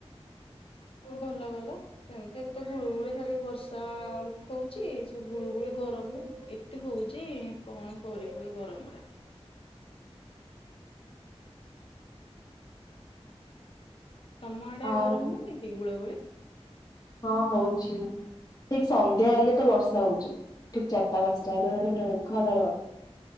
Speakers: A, on the left (about 60°); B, on the left (about 35°).
A: ଭଲ ଭଲ ସେମିତି ଏବେ ତ ଗୁଳୁଗୁଳି ଖାଲି ବର୍ଷା ଉଠଉଛି ସବୁ ଗୁଳୁଗୁଳିୁ ଗରମ ଏତେ ହଉଚ କଣ କରିବ ଏ ଗରମରେ ତ ଆଡେ
B: ଆଉ
A: ଗରମ ହଉନି କି ଗୁଳ ଗୁଳି
B: ହଁ ହଉଚି ଠିକ୍ ସନ୍ଧ୍ୟା ହେଲେ ତ ବର୍ଷା ହଉଚି ଠିକ୍ ଚାରିଟା ପାଞ୍ଚଟା ହେଲେ ହେଲେ ପୁର ମେଘ ବର୍ଷା